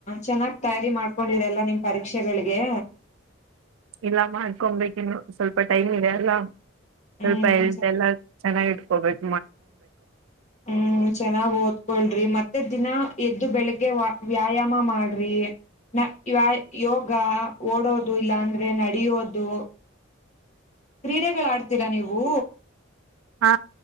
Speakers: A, on the left (about 35°); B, on the right (about 85°).
A: ಚೆನ್ನಾಗಿ ತಯಾರಿ ಮಾಡ್ಕೊಂಡಿರಿ ಎಲ್ಲ ನಿಮ ಪರೀಕ್ಷೆಗಳಿಗೆ
B: ಇಲ್ಲ ಮಾಡ್ಕೊಬೇಕಿನ್ನು ಸ್ವಲ್ಪ ಟೈಮ್ ಇದೆ ಅಲ್ಲ
A: ಹ್ಮ್
B: ಸ್ವಲ್ಪ ಇಳ್ತ ಎಲ್ಲ ಚೆನ್ನಾಗಿ ಇಟ್ಕೊಬೇಕು
A: ಹ್ಮ್ ಚೆನ್ನಾಗ್ ಓದ್ಕೊಳ್ರಿ ಮತ್ತೆ ದಿನ ಎದ್ದು ಬೆಳಿಗ್ಗೆ ವ ವ್ಯಾಯಾಮ ಮಾಡ್ರಿ ನ ಯ ಯೋಗ ಓಡೋದು ಇಲ್ಲಾಂದ್ರೆ ನಡಿಯೋದು ಕ್ರೀಡೆಗಳ ಆಡ್ತೀರಾ ನೀವು
B: ಹಾ